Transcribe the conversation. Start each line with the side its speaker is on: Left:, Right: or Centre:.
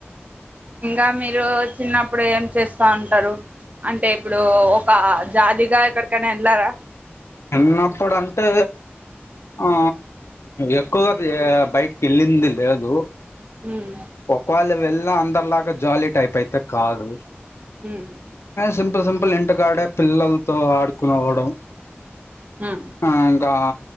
Right: ఇంగా మీరు చిన్నప్పుడు ఏం చేస్ తా ఉంటారు అంటే ఇప్పుడు ఒక జాలీగా ఎక్కడికైనా వెళ్ళారా
Left: చిన్నప్పుడు అంటే ఆ ఎక్కువగా దీ బైక్ వెళ్ళింది లేదు
Right: మ్మ్
Left: ఒక్క వేళ్ళు వెళ్ళా అందరిలాగా జాలీ టైప్ అయితే కాదు
Right: హుం
Left: సింపుల్ సింపుల్ ఇంటికాడే పిల్లల్తో ఆడుకోనివడం
Right: మ్మ్
Left: ఆ ఇంకా